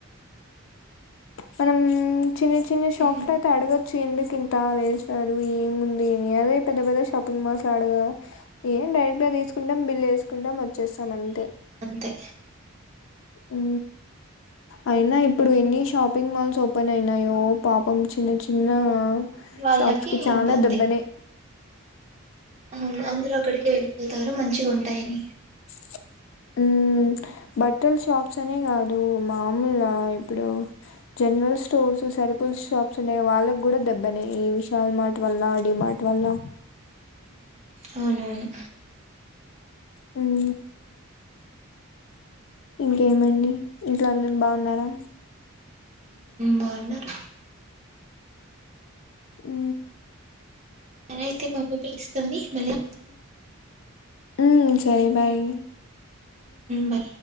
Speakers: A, on the left; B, on the right.
A: మనం చిన్ని చిన్ని షాప్
B: హ్మ్.
A: లతె అడగ్ చ్చు ఎందుకింత వేసాడు, ఏముంది అని అదే పెద్ద పెద్ద షాపింగ్ మాల్స్ ల అడగా ఏం డైరెక్ట్గా తీసుకుంటాం, బిల్ ఏసుకుంటం వచ్చేస్సం అంతే
B: తే
A: హు అయినా ఇప్పుడు ఎన్ని షాపింగ్ మాల్స్ ఓపెన్ అయినాయో పాపం చిన్న చిన్న
B: వాళ్ళకి
A: షాప్స్ కి చాలా
B: ఇబ్బంది
A: దెబ్బనె
B: అవును అందరు అక్కడికి ఎళ్ళిపొతారు, మంచిగా ఉంటాయని
A: అ హు బట్టల్ షాప్స్ అనే కాదు, మామూల్లా ఇప్పుడు జనరల్ స్టోర్స్, సరుకుల్ షాప్స్ ఉన్నాయ వాళ్ళకు గుడా దెబ్బనే ఈ విశాల్ మార్ట్ వల్ల, డీ మార్ట్ వల్ల
B: అవునవును
A: హుం, ఇంకేమండి ఇంట్లో అందన్ బావున్నారా
B: బాన్నార్
A: హు
B: సరే అయితే బాబు పిలుస్తుంది మళ్ళీ
A: ఉ సరే బాయ్
B: బై